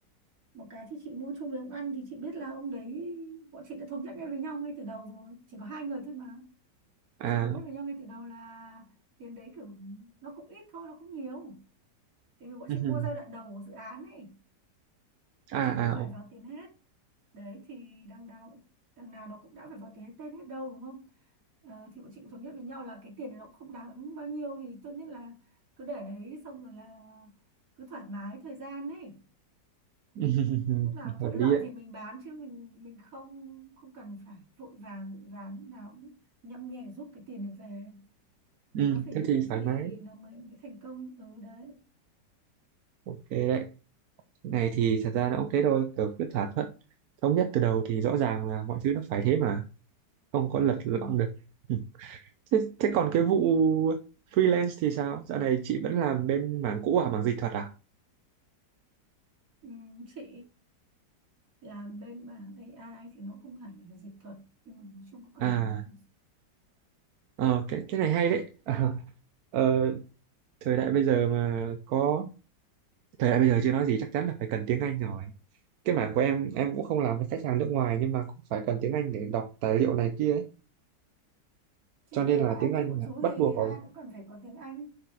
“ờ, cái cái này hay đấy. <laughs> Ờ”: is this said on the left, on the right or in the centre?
Right